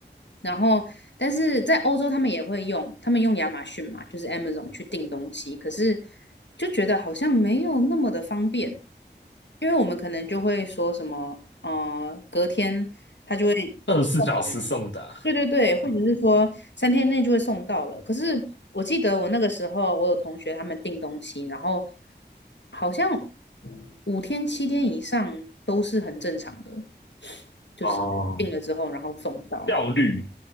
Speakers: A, on the left; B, on the left.
A: 然后，但是在欧洲他们也会用，他们用亚马逊嘛，就是 Amazon 去订东西，可是就觉得好像没有那么的方便，因为我们可能就会说什么，呃，隔天他就会
B: 二十四小时送达
A: 送来。对对对，或者是说三天内就会送到了。可是我记得我那个时候，我有同学他们订东西，然后好像五天七天以上都是很正常的，就是订了之后然后送到。
B: <laughs> 哦，效率